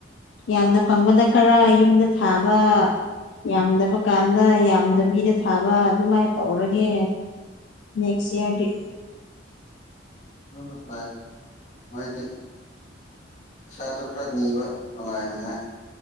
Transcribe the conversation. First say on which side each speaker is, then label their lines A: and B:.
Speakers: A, on the left; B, on the left.
A: ꯌꯥꯝꯅ ꯐꯪꯕꯗ ꯈꯔ ꯌꯨꯝꯗ ꯊꯥꯕ ꯌꯥꯝꯗꯕ ꯀꯥꯟꯗ ꯌꯥꯝꯗꯕꯤꯗ ꯊꯥꯕ ꯑꯗꯨꯃꯥꯏꯅ ꯇꯧꯔꯒꯦ ꯅꯦꯛꯦꯛꯁ ꯏꯌꯔ ꯗꯦ
B: ꯑ ꯐꯥꯏ ꯃꯥꯗꯤ ꯁꯥꯁꯨ ꯈ꯭ꯔ ꯅꯤꯕ ꯐꯅꯨꯡꯉꯥꯏꯉ